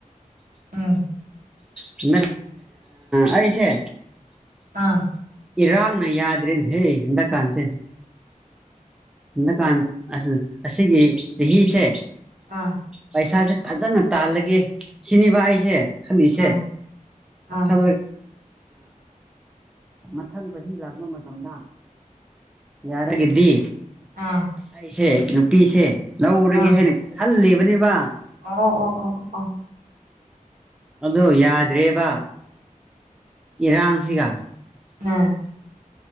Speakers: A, on the right; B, in the centre.
A: ꯎꯝ
B: ꯁꯤ ꯑ ꯑꯩꯁꯦ
A: ꯑꯥ
B: ꯏꯔꯥꯡꯅ ꯌꯥꯗ꯭ꯔꯦꯅꯦ ꯍꯦ ꯍꯟꯗ ꯀꯥꯟꯥꯟꯁꯦ ꯍꯟꯗꯀꯥꯟ ꯑꯁꯤꯒꯤ ꯆꯍꯤꯁꯦ
A: ꯑꯥ
B: ꯄꯩꯁꯥꯁꯦ ꯐꯖꯅ ꯇꯥꯜꯂꯒꯦ ꯁꯤꯅꯤꯕ ꯑꯩꯁꯦ ꯈꯜꯂꯤꯁꯦ
A: ꯑꯥ ꯑꯥ
B: ꯈ ꯃꯊꯪ ꯆꯍꯤ ꯂꯥꯛꯄ ꯃꯇꯝꯗ ꯌꯥꯔꯒꯗꯤ
A: ꯑ
B: ꯑꯩꯁꯦ ꯅꯨꯄꯤꯁꯦ ꯂꯧꯔꯒꯦ
A: ꯑꯥ
B: ꯍꯥꯏꯅ ꯈꯜꯂꯤꯕꯅꯦꯕ
A: ꯑꯣ ꯑꯣ ꯑꯣ ꯑꯣ
B: ꯑꯗꯨ ꯌꯥꯗ꯭ꯔꯦꯕ ꯏꯔꯥꯡ ꯁꯤꯒ
A: ꯎꯝ